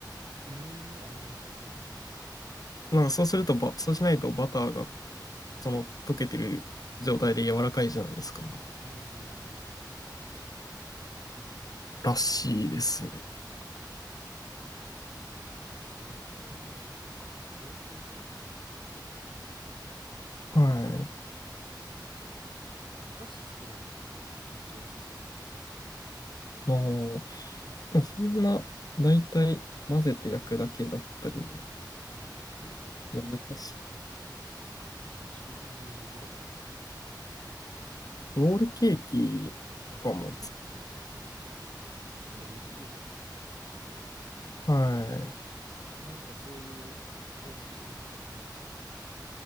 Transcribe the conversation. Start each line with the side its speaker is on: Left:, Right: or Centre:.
Right: ーん、ああ、良さそ
Left: なんかそうするとば、そうしないとバターがその溶けてる状態で柔らかいじゃないですか。
Right: う。うんうんうん
Left: らしいですね。
Right: うん。あ、すごいな。そんな、冷凍とかできるんか。
Left: は
Right: お菓子作れるってなんかめっちゃ良さそ
Left: い。もう、でもそんな、だいたい混ぜて焼くだけだったりで、
Right: う。うん。え、クッキー、
Left: 難しい。
Right: クッキー、シュークリームぐらいですか
Left: ロールケーキとかもつ、
Right: えへへ <laughs> そんなんできるんや。
Left: は
Right: え、なんかそういう系の仕事されてるんですか